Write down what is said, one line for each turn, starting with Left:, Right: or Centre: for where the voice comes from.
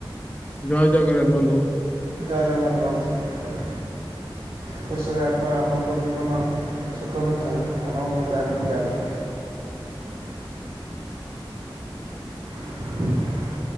Left: ଜୟ ଜଗନ୍ନାଥ, ବନ୍ଧୁ।
Right: ଜୟ ଜଗନ୍ନାଥ, ବନ୍ଧୁ। ଖୁସିରେ, ଆପଣ ଆପଣଙ୍କର ଜୀବନ ସୁଖ ନଥାଉ, ଆପଣ ବହୁତ ଆଗକୁ ଯାଆନ୍ତୁ। <unintelligible>